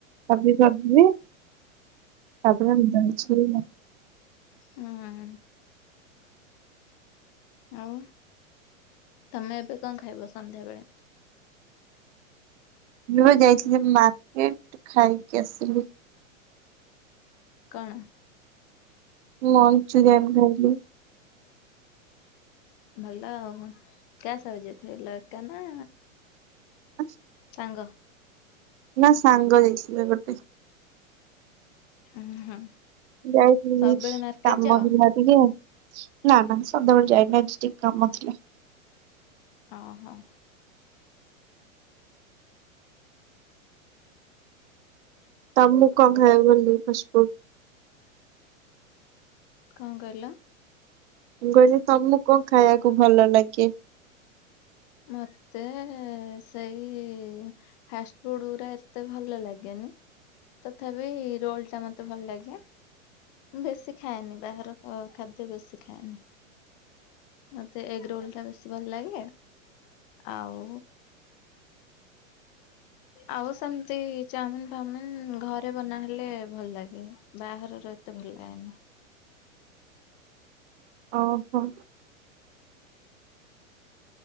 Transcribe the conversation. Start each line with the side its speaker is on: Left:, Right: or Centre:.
Right: ଭାବି ଭାବିବି। କେଇଆଣି ଜାଣିଛି <unintelligible>
Left: ହୁଁ। ଆଉ ତମେ ଏବେ କଣ ଖାଇବ ସନ୍ଧ୍ୟାବେଳେ?
Right: ମୁଁ ବା ଯାଇଥିଲି ମାର୍କେଟ୍ ଖାଇକି ଆସିଲି।
Left: କଣ?
Right: ମୁଁ ମଞ୍ଚୁରିଆନ୍ ଖାଇଲି।
Left: ଭଲ ଆଉ କା ସ‌ହିତ ଯାଇ ଥିଲ ଏକା ନା
Right: ଆ
Left: ସାଙ୍ଗ।
Right: ନାଁ ସାଙ୍ଗ ଯାଇଥିଲା ଗୋଟେ।
Left: ଉଁ ହୁଁ।
Right: ଯାଇଥିଲି
Left: ସବୁବେଳେ ମାର୍କେଟ
Right: କାମ
Left: ଯାଅ
Right: ଥିଲା। <unintelligible> ନା ନା ମୁଁ ସଦାବେଳେ ଯାଏନି ଆଜି ଟିକେ କାମ ଥିଲା।
Left: ଅ ହଁ।
Right: ତମକୁ କଣ ଖାଇବାକୁ ଭଲଲାଗେ ଫାଷ୍ଟଫୁଡ୍?
Left: କଣ କହିଲ?
Right: ମୁଁ କହିଲି ତମକୁ କଣ ଖାଇବାକୁ ଭଲ ଲାଗେ?
Left: ମତେ ସେଇ ଫାଷ୍ଟଫୁଡରା ଏତେ ଭଲ ଲାଗେନି। ତଥାପି ରୋଲ୍ ଟା ମତେ ଭଲ ଲାଗେ। ମୁଁ ବେଶୀ ଖାଏନି ବାହାର ଖ-ଖାଦ୍ୟ ବେଶୀ ଖାଏନି। ମତେ ଏଗ୍ ରୋଲ୍ ଟା ବେଶୀ ଭଲ ଲାଗେ। ଆଉ ଆଉ ସେମିତି ଚାଓମିିନ୍ ଫାଓମିିନ୍ ଘରେ ବନା ହେଲେ ଭଲ ଲାଗେ। ବାହାରର ଏତେ ଭଲ ଲାଗେନି।
Right: ଓହୋ।